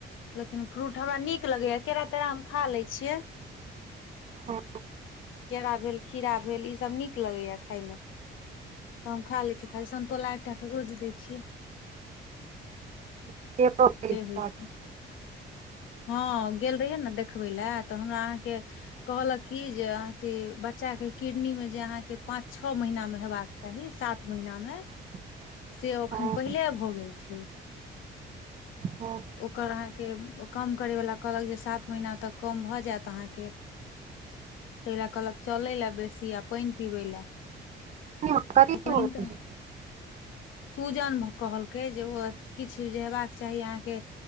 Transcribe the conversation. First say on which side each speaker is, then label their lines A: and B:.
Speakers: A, on the left; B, on the right.
A: लेकिन फ्रूट हमरा नीक लगैये केरा तेरा हम खा लय छियै
B: हँ
A: केला भेल खीरा भेल ई सब नीक लगैया खाय मे तऽ हम खा लै छियै खाली समतोला एकटा कऽ रोज दै छियै
B: <unintelligible>
A: से होइ छै हँ गेल रहियै नऽ देखबै लए तऽ हमरा अहाँ के कहलक की जे अथी बच्चा के किडनी मे जे अहाँके पांच छओ महीना मे हेबाक चाही सात महिना मे
B: <inaudible>
A: से एखन
B: हँ
A: पहिले भऽ गेल छैय
B: हँ
A: ओकर अहाँके कम करय वला कहलक जे सात महीना तक कम भऽ जायत अहाँके तय लए कहलक चलय लए बेसी आ पानि पीबै लए <unintelligible>
B: कथी
A: तय पानि
B: होइ
A: तायन
B: छै
A: सूजन कहलकै जे ओ किछु जे हेबाक चाही अहाँके